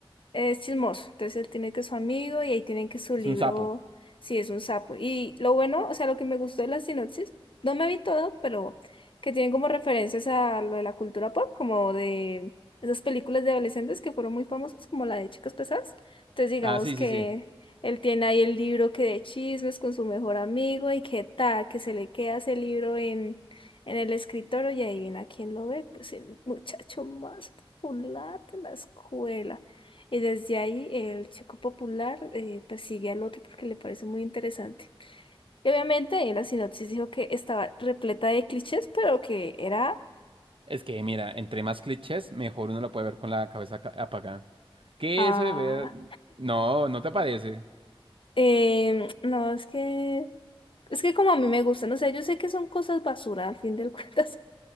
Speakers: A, on the left (about 60°); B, on the right (about 65°).
A: Es chismoso, entonces él tiene que su amigo y ahí tienen que su
B: es
A: libro,
B: un sapo.
A: si es un sapo. Y lo bueno, o sea, lo que me gustó de la sinopsis, no me vi todo, pero que tienen como referencias a lo de la cultura pop, como de esas películas de adolescentes que fueron muy famosas, como la de Chicas Pesadas. Entonces digamos
B: Ah, sí,
A: que
B: sí, sí.
A: él tiene ahí el libro que de chismes con su mejor amigo y que tal, que se le queda ese libro en, en el escritorio y adivina quién lo ve, pues el muchacho más popular de la escuela. Y desde ahí el Chico Popular eh, persigue al otro porque le parece muy interesante. Y obviamente ahí en la sinopsis dijo que estaba repleta de clichés, pero que era...
B: Es que, mira, entre más clichés, mejor uno lo puede ver con la cabeza ca- apagada. ¿Qué
A: Ah,
B: eso de ver? No, no te parece.
A: em, no, es que... Es que como a mí me gustan, o sea, yo sé que son cosas basura, al fin del <laughs> cuentas,